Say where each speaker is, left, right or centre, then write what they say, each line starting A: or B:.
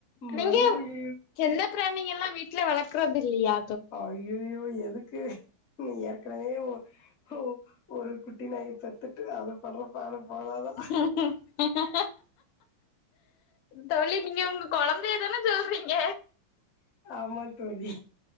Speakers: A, on the left; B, on the left.
A: நீங்க
B: மனுசங்க
A: செல்லப்பிராணிங்கெல்லா வீட்ல வளக்கறதில்லியா
B: அய்யய்யோ எதுக்கு நீ ஏற்கனவே ஒ ஓ ஒரு குட்டி நாய பெத்துட்டு அது பண்ற பாடு போதாதா?
A: ப தோழி நீங்க உங்க கொழந்தைய தான சொல்றீங்க
B: ஆமா தோழி